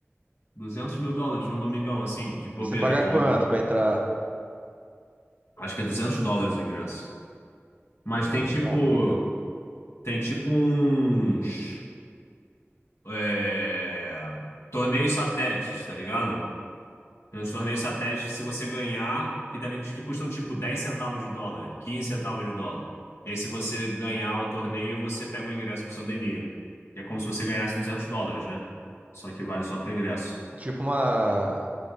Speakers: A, on the left; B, on the right.
A: duzentos mil dólares num domingão, assim, de bobeira,
B: E você paga
A: jogando
B: quanto
A: poker.
B: pra entrar?
A: Acho que é 200 dólares o ingresso. Mas
B: É
A: tem
B: pesado,
A: tipo.
B: hein?
A: Tem tipo uns. É, torneios satélites, tá ligado? Nos torneios satélites que se você ganhar, que devem, que custam tipo 10 centavos de dólar, 15 centavos de dólar. E aí se você ganhar o torneio, você pega o ingresso pro Sun Dominion, que é como se você ganhasse 200 dólares, né? Só que vale só pro ingresso.
B: Tipo uma...